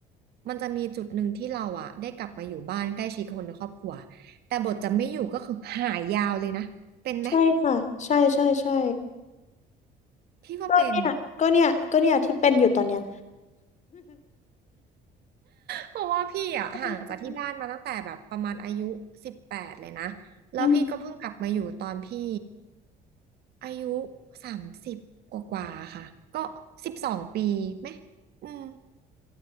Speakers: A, on the right (about 70°); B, on the left (about 45°).
A: มันจะมีจุดหนึ่งที่เราอ่ะได้กลับมาอยู่บ้านใกล้ชิดคนในครอบครัวแต่บทจะไม่อยู่ก็คือหายยาวเลยนะเป็นไหม
B: ใช่ค่ะใช่ใช่ใช่
A: พี่ว่าเป็น
B: ก็เนี่ยก็เนี่ยก็เนี่ยที่เป็นอยู่ตอนเนี้ย
A: เพราะว่าพี่อ่ะห่างจากที่บ้านมาตั้งแต่แบบประมาณอายุสิบแปดเลยนะแล้วพี่ก็เพิ่งกลับมาอยู่ตอนพี่
B: <laughs> อืม
A: อายุสามสิบกว่ากว่าๆค่ะก็สิบสองปีไหมอืม